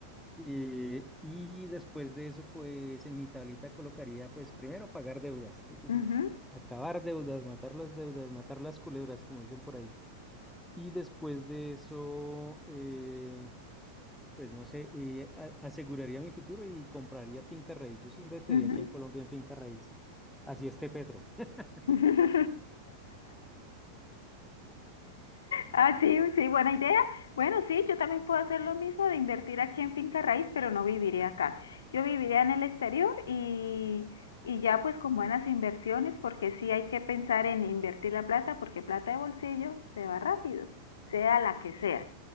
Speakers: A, in the centre; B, on the left.
A: Eh, y después de eso, pues en mi tablita colocaría, pues primero pagar deudas, tu, tu,
B: ujú,
A: tu, acabar deudas, matar las deudas, matar las culebras, como dicen por ahí. Y después de eso, eh, pues no sé, eh, a- aseguraría mi futuro y compraría finca raíz. Yo sí invertiría
B: ujú,
A: aquí en Colombia en finca raíz. Así esté Petro. <laughs>
B: ujú. <laughs> Ah, sí, sí, buena idea. Bueno, sí, yo también puedo hacer lo mismo de invertir aquí en finca raíz, pero no viviré acá. Yo viviré en el exterior y, y ya pues con buenas inversiones, porque sí hay que pensar en invertir la plata, porque plata de bolsillo se va rápido, sea la que sea.